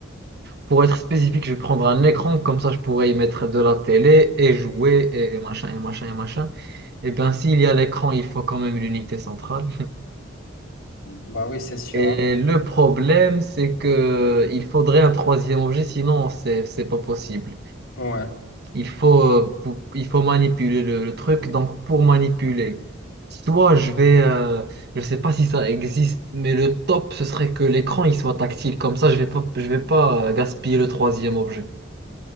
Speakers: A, on the right (about 55°); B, on the left (about 75°).
A: pour être spécifique, je vais prendre un écran, comme ça je pourrais y mettre de la télé et jouer et, et machin et machin et machin. Et bien, s'il y a l'écran, il faut quand même l'unité centrale.
B: Bah oui, c'est sûr,
A: Et
B: hein.
A: le problème, c'est que il faudrait un troisième objet, sinon c'est c'est pas possible.
B: Ouais.
A: Il faut euh, pou- il faut manipuler le, le truc. Donc pour manipuler, soit je vais, euh, je sais pas si ça existe, mais le top ce serait que l'écran il soit tactile. Comme ça, je vais pas je vais pas euh, gaspiller le troisième objet.